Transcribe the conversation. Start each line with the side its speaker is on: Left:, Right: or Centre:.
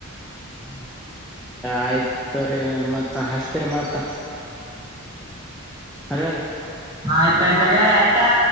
Right: ಹ್ಮ್
Centre: ಆಯ್ತ ತರಿ ಮತ್ತ ಹಸ್ತರಿ ಮಾತ್ತ.
Right: ಹ್ಮ್
Centre: ಅರೆ ಅರ
Right: ಆಯ್ತಾಯ್ತುಗಾರ ಆಯ್ತಾ.